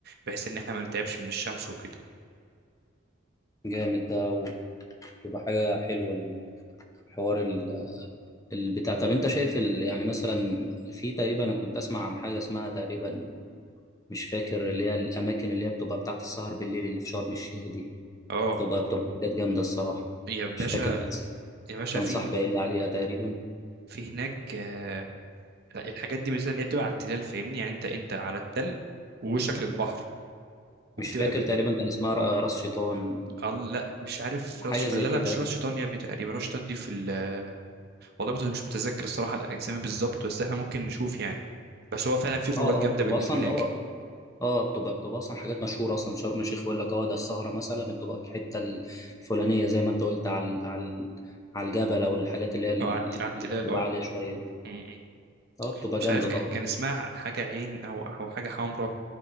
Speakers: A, on the right; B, on the left.
A: بحيث ان احنا ما نتعبش من الشمس وكده
B: جامد ده ويبقى حاجة حلوة الحوار ال- البتاع طب انت شايف ال... يعني مثلا في تقريبا انا كنت اسمع عن حاجة اسمها تقريبا مش فاكر اللي هي الاماكن اللي هي بتبقى بتاعت السهر بالليل اللي في شرم الشيخ دي
A: اه
B: بتبقى بتبقى حاجات جامدة الصراحة
A: يا باشا
B: مش فاكر كان
A: يا باشا
B: كان
A: في
B: صاحبي قايل لي عليها تقريبا
A: في هناك آه، لا، الحاجات دي ميزه ان هي بتبقى على التلال فاهمني يعني انت انت على التل ووشك للبحر وبتبقى
B: مش فاكر
A: ب...
B: تقريبا كان اسمها ر- راس شيطان
A: الله لا مش عارف
B: حاجه
A: راس شيطان
B: زي
A: لا
B: كده
A: لا مش راس شيطان يا ابني تقريبا راس شيطان دي في ال آه، والله برضه مش متذكر الصراحه الاسامي بالظبط بس احنا ممكن نشوف يعني بس هو فعلا في خروجات
B: اه اه
A: جامده
B: بتبقى
A: بالليل
B: اصلا
A: هناك
B: اه اه بتبقى بتبقى اصلا حاجات مشهوره اصلا شرم الشيخ يقول لك اه ده السهره مثلا بتبقى في الحته الفلانيه زي ما انت قلت على على على الجبل او الحاجات اللي هي ال-
A: اه على الت- على التلال
B: اللي بتبقى
A: اه
B: عاليه شويه دي
A: م- م.
B: اه بتبقى
A: مش
B: جامده
A: عارف ك-
B: طبعا
A: كان اسمها حاجه عين او او حاجه حمراء